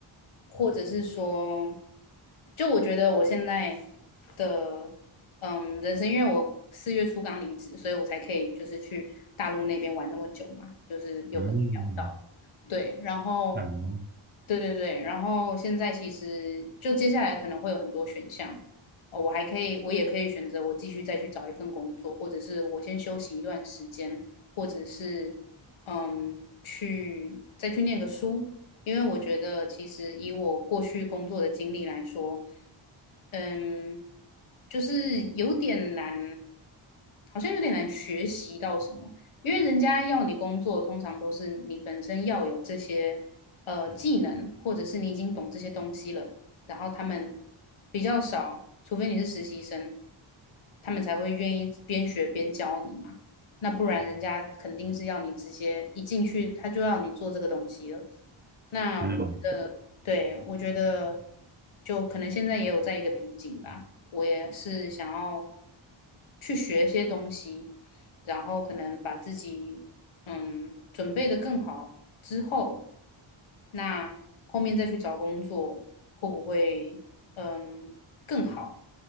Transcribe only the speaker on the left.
或者是说，就我觉得我现在的嗯人生，因为我四月初刚离职，所以我才可以就是去大陆那边玩那么久嘛，就是有跟你聊到，
对，然后
对对对，然后现在其实就接下来可能会有很多选项。哦，我还可以，我也可以选择我继续再去找一份工作，或者是我先休息一段时间，或者是嗯，去再去念个书，因为我觉得其实以我过去工作的经历来说，嗯，就是有点难，好像有点难学习到什么，因为人家要你工作，通常都是你本身要有这些呃技能，或者是你已经懂这些东西了，然后他们比较少，除非你是实习生，他们才会愿意边学边教你嘛。那不然人家肯定是要你直接一进去，他就要你做这个东西了。那我
对，我觉得就可能现在也有在一个瓶颈吧。我也是想要去学一些东西，然后可能把自己嗯准备的更好之后，那后面再去找工作会不会嗯更好？